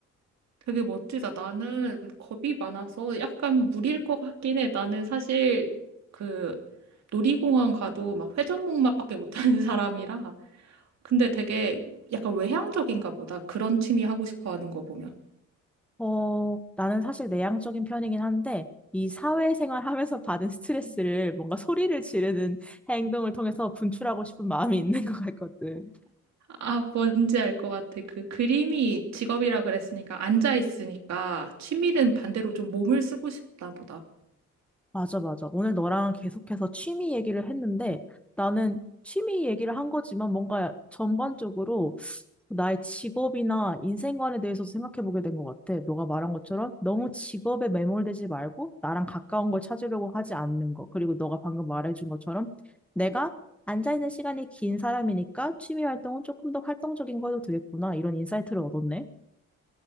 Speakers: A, on the right; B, in the centre.
A: 되게 멋지다. 나는 겁이 많아서 약간 무리일 것 같긴 해. 나는 사실 그 놀이공원 가도 막 회전목마밖에 못하는 <laughs> 사람이라. 근데 되게 약간 외향적인가 보다. 그런 취미 하고 싶어 하는 거 보면.
B: 어, 나는 사실 내향적인 편이긴 한데, 이 사회생활 하면서 <laughs> 받은 스트레스를 뭔가 소리를 지르는 <laughs> 행동을 통해서 분출하고 싶은 마음이 있는 것 같거든.
A: 아, 뭔지 알 것 같아. 그 그림이 직업이라 그랬으니까 앉아 있으니까 취미는 반대로 좀 몸을 쓰고 싶다 보다.
B: 맞아, 맞아. 오늘 너랑 계속해서 취미 얘기를 했는데 나는 취미 얘기를 한 거지만 뭔가 전반적으로 나의 직업이나 인생관에 대해서 생각해 보게 된 것 같아. 너가 말한 것처럼 너무 직업에 매몰되지 말고 나랑 가까운 걸 찾으려고 하지 않는 거. 그리고 너가 방금 말해준 것처럼 내가 앉아있는 시간이 긴 사람이니까 취미 활동은 조금 더 활동적인 거 해도 되겠구나. 이런 인사이트를 얻었네.